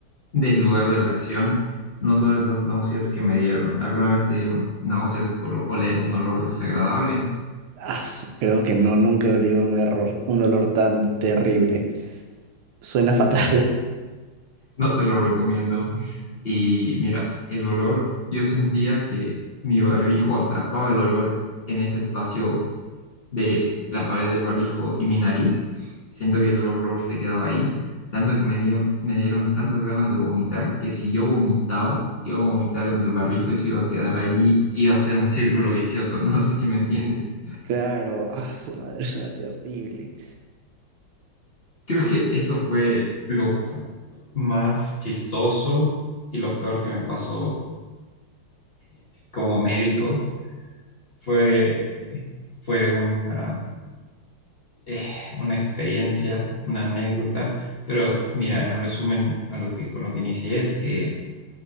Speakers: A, on the left (about 30°); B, on the right (about 80°).
A: del lugar de la acción, no solo las náuseas que me dieron. ¿Alguna vez te dieron náuseas por oler un olor desagradable?
B: Ah, su- creo que no, nunca he olido un error, un olor tan terrible. Suena fatal.
A: No te lo recomiendo. Y mira, el olor, yo sentía que mi barbijo atrapaba el olor en ese espacio de la pared del barbijo y mi nariz. Siento que el olor se quedaba ahí, tanto que me dio, me dieron tantas ganas de vomitar que si yo vomitaba, iba a vomitar en el barbijo y se iba a quedar ahí, iba a ser un círculo vicioso. <laughs> No sé si me entiendes.
B: Claro, ah, su madre suena terrible.
A: Creo que eso fue lo más chistoso y lo peor que me pasó como médico. Fue, fue una eh, una experiencia, una anécdota, pero mira, en resumen, a lo que, con lo que inicié es que